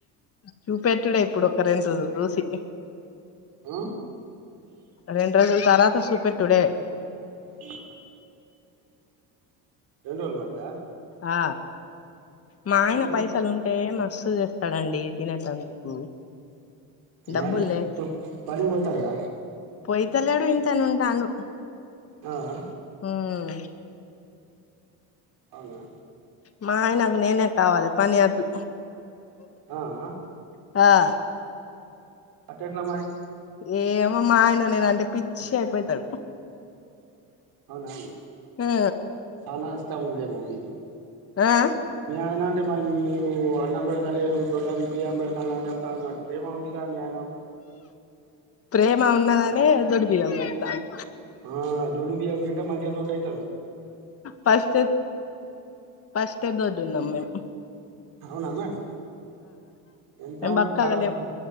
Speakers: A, on the left (about 35°); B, on the right (about 65°).
A: చూపెట్టుడే ఇప్పుడు ఒక రెండు రోజులు చూసి
B: ఆ
A: రెండు రోజులు తర్వాత సూపెట్టుడే
B: ఈ రెండు రోజులు పడతదా
A: ఆ మా ఆయన
B: ఎందుకు
A: పైసలు ఉం టే మస్తు తెస్తాడండి తినేటందుకు డబ్బులు
B: మరి
A: లే
B: ఇప్పుడు పనికి పోతాలేడ
A: పోయితలేడు ఇంట్లనే ఉంటాండు
B: ఆఆ
A: ఉమ్మ్
B: అవునా
A: మా ఆయనకు నేనే కావాలి పని అద్దు
B: ఆఆ
A: ఆ
B: అట్టెట్లా మరి
A: ఏమో మా ఆయన నేనంటే పిచ్చి అయిపోతాడు
B: అవునా అండి
A: ఆ
B: చాన వస్తా ఉందేమో మీకు
A: ఆ ఆ
B: ఏమొనండి మరి మీరు అన్నం పెడతలేరు దొడ్డం బియ్యం పెడతాంది అని చెప్తాను మరి ప్రేమ ఉందిగా మీ ఆయనకు
A: ప్రేమ ఉన్నదనే దొడి బియం పెడతాన్నా
B: ఆ దోడ్డు బియ్యం తింటే మంచిగా దొడ్డు అయితారు
A: ఫస్ట్ ఫస్టే దొడ్ ఉన్నాం మేం
B: అవునేమి ఎంత
A: మేము
B: ఉంటది
A: బక్కగా
B: దాదాపుకి
A: లేం